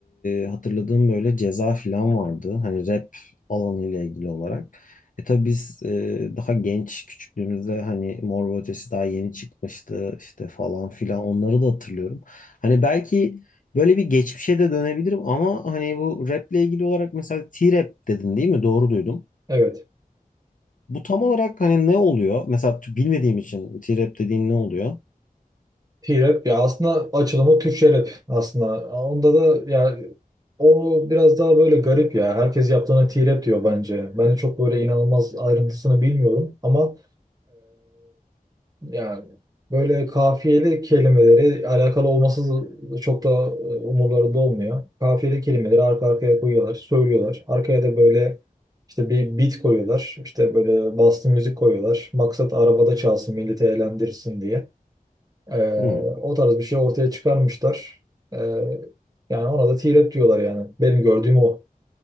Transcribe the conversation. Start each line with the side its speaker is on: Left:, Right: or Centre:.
Left: e, hatırladığım böyle Ceza falan vardı hani rap alanıyla ilgili olarak. E tabi biz e, daha genç küçüklüğümüzde hani Mor ve Ötesi daha yeni çıkmıştı işte falan filan onları da hatırlıyorum. Hani belki Böyle bir geçmişe de dönebilirim ama hani bu raple ilgili olarak mesela T-Rap dedin değil mi? Doğru duydum.
Right: Evet.
Left: Bu tam olarak hani ne oluyor? Mesela t- bilmediğim için T-Rap dediğin ne oluyor?
Right: T-Rap ya aslında açılımı Türkçe rap aslında. Onda da ya o biraz daha böyle garip ya. Herkes yaptığına T-Rap diyor bence. Ben de çok böyle inanılmaz ayrıntısını bilmiyorum ama Yani böyle kafiyeli kelimeleri alakalı olması çok da e, umurlarında olmuyor. Kafiyeli kelimeleri arka arkaya koyuyorlar, söylüyorlar. Arkaya da böyle işte bir beat koyuyorlar. İşte böyle bastı müzik koyuyorlar. Maksat arabada çalsın, milleti eğlendirsin diye. Ee,
Left: Hı,
Right: o tarz bir şey ortaya çıkarmışlar. Ee, yani ona da t diyorlar yani. Benim gördüğüm o.